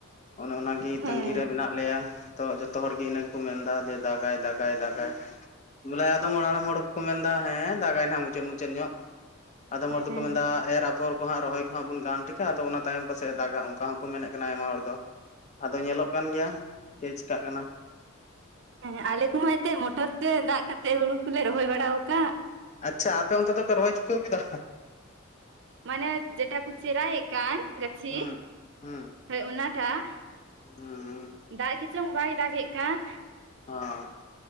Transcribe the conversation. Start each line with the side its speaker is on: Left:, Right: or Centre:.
Left: ᱚᱱᱮ ᱚᱱᱟᱜᱮ
Right: ᱦᱮᱸ
Left: ᱛᱟᱹᱜᱤᱨᱮ ᱢᱮᱱᱟᱜ ᱞᱮᱭᱟ ᱛᱚ ᱡᱚᱛᱚ ᱦᱚᱲᱜᱮ ᱤᱱᱟᱹ ᱠᱚ ᱢᱮᱱᱫᱟ ᱡᱮ ᱫᱟᱜᱟᱭ ᱫᱟᱜᱟᱭ ᱫᱟᱜᱟᱭ ᱫᱟᱜᱟᱭ ᱵᱚᱞᱮ ᱟᱫᱚᱢ ᱦᱟᱲᱟᱢ ᱦᱚᱲᱠᱚ ᱢᱮᱱᱫᱟ ᱦᱮᱸ ᱫᱟᱜᱟᱭ ᱱᱟᱦᱟᱜ ᱢᱩᱪᱟᱹᱫ ᱢᱩᱪᱟᱹᱫ ᱧᱚᱜ ᱟᱫᱚᱢ ᱦᱚᱲ
Right: ᱦᱮᱸ
Left: ᱫᱚᱠᱚ ᱢᱮᱱᱫᱟ ᱮᱨ ᱟᱯᱷᱚᱨ ᱠᱚ ᱦᱟᱸᱜ ᱨᱚᱦᱚᱭ ᱠᱚᱦᱟᱸᱜ ᱵᱚᱱ ᱜᱟᱱ ᱴᱷᱤᱠᱟ ᱟᱫᱚ ᱚᱱᱟ ᱛᱟᱭᱚᱢ ᱯᱟᱥᱮ ᱫᱟᱜᱟ ᱚᱱᱠᱟ ᱦᱚᱸᱠᱚ ᱢᱮᱱᱮᱫ ᱠᱟᱱᱟ ᱟᱭᱢᱟ ᱦᱚᱲ ᱫᱚ ᱟᱫᱚ ᱧᱮᱞᱚᱜ ᱠᱟᱱ ᱜᱮᱭᱟ ᱪᱮᱫ ᱪᱤᱠᱟᱜ ᱠᱟᱱᱟ
Right: ᱦᱮᱸ ᱟᱞᱮ ᱠᱚᱢᱟ ᱮᱱᱛᱮ ᱢᱚᱴᱚᱨ ᱛᱮ ᱫᱟᱜ ᱠᱟᱛᱮᱜ ᱦᱩᱲᱩ ᱠᱚᱞᱮ ᱨᱚᱦᱚᱭ ᱵᱟᱲᱟ ᱟᱠᱟᱫ
Left: ᱟᱪᱪᱷᱟ ᱟᱯᱮ ᱚᱱᱛᱮ ᱫᱚ ᱯᱮ ᱨᱚᱦᱩᱭ ᱪᱩᱠᱟ. ᱣ ᱠᱮᱫᱟ
Right: ᱢᱟᱱᱮ ᱡᱮᱴᱟ ᱠᱚ ᱪᱮᱨᱟᱭᱮᱫ ᱠᱟᱱ ᱜᱟᱹᱪᱷᱤ
Left: ᱦᱩᱸ ᱦᱩᱸ
Right: ᱦᱳᱭ ᱚᱱᱟᱴᱟᱜ
Left: ᱦᱩᱸ
Right: ᱫᱟᱜ ᱜᱮ ᱪᱚᱝ ᱵᱟᱭ ᱫᱟᱜ ᱮᱫ ᱠᱟᱱ
Left: ᱚ